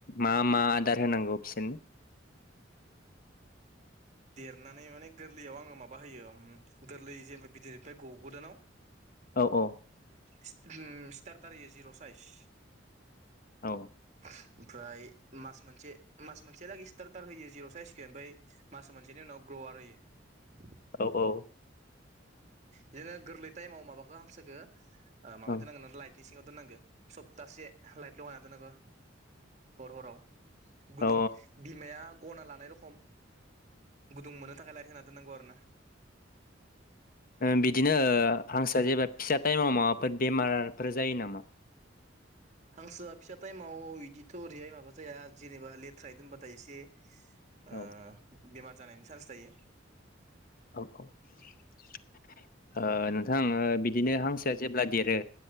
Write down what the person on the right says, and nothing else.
देरनानै माने गोरलैयाव आङो माबा होयो गोरलै जेनेबा बिदैनिफ्राय गगोदानाव
इस स्टार टार यो जिर' साइस।
ओमफ्राय मास मोनसे मास मोनसेलागै स्टार टार होयो जिर' साइसख ओमफ्राय मास मोनसेनि उनाव ग्रवार होयो।
बिदिनो गोरलै टाइमाव माबाखौ हांसोखो ओ माबायदि
नांगो <unintelligible> लायत बि सिङाव दोननांगौ सप्तासे लाइट लगायना दोननांगौ हर हराव गुदुं
बिमाया गना लानाय रखम गुदुं मोननो थाखाय लाइट होना दोननांगौ आरो ना।
हांसोआ फिसा टाइमाव इदिथ' ओरैहाय माबा जाया जेनेबा लेथ्रायै दोनबाथाय एसे ओ
बेमार जानायनि चान्स थायो।